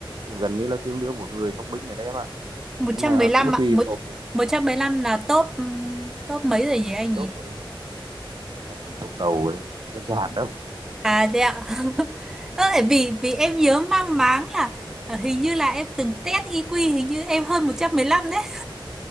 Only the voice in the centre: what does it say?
một
trăm
mười lăm
ạ.
Một,
một trăm mười lăm là top ừm, top mấy rồi nhỉ anh nhỉ?
À thế ạ. <laughs> Ơ, vì vì em nhớ mang máng là ờ, hình như là em từng test IQ hình như em hơn 115 đấy.